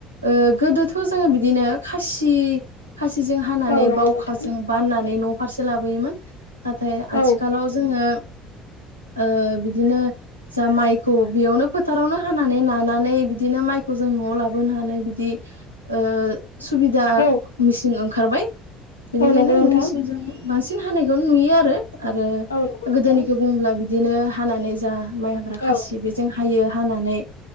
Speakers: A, on the right; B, on the left.
A: ओ गोदोथ जोङो बिदिनो खासि खासिजों हानानै
B: औ नंगौ
A: बावखाजों
B: नोंथां
A: बाननानै न' फारसे लाबोयोमोन नाथाय आथिखालाव
B: औ
A: जोङो ओ बिदिनो जा माइखौ बेयावनो फोथारावनो हानानै नानानै बिदिनो माइखौ जों न'आव लाबोनो हानो बिदि ओ सुबिदा
B: औ
A: मिसिं ओंखारबाय बेनिखायनो
B: औ नंगौ नोंथां
A: मिसिंजों बांसिन हानायखौनो नुयो आरो आरो
B: औ नंगौ नोंथां
A: गोदोनिखौ बुङोब्ला बिदिनो हानानै जा माइ हाग्रा खासि
B: औ
A: बेजों हायो हानानै